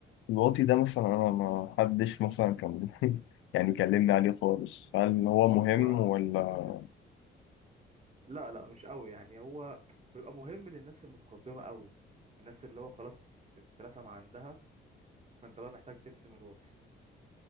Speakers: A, on the left; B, on the right.
A: الواطي ده مثلا انا ما حدش مثلا كان <laughs> يعني كلمني عليه خالص هل هو مهم
B: اه هو
A: ولا
B: مرة كده لا لا مش قوي يعني هو بيبقى مهم للناس المتقدمة قوي الناس اللي هو خلاص اترسم عندها فانت بقى محتاج ترسم الواقي